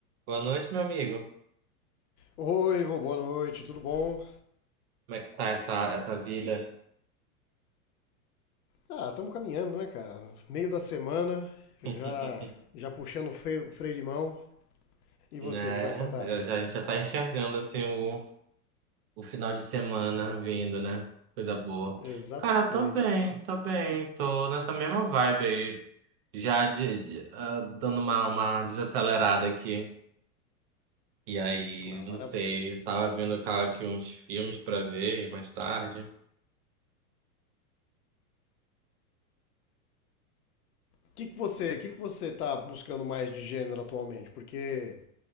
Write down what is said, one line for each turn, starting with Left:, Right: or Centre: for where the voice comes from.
Right: Boa noite, meu amigo.
Left: Oi, vô, boa noite, tudo bom?
Right: Como é que tá essa, essa vida?
Left: Ah, estamos caminhando, né, cara? Meio da semana, já
Right: <laughs>
Left: já puxando o freio, freio de mão. E você,
Right: Né?
Left: como é que você tá?
Right: Já, já- a gente já tá enxergando assim o, o final de semana vindo, né? Coisa boa.
Left: Exatamente.
Right: Cara, tô bem, tô bem, tô nessa mesma vibe aí, já de, de- ah, dando uma, uma desacelerada aqui. E aí,
Left: Ah,
Right: não
Left: maravilha.
Right: sei, tava vendo cara, aqui uns filmes pra ver mais tarde.
Left: O que que você, que que você tá buscando mais de gênero atualmente? Porque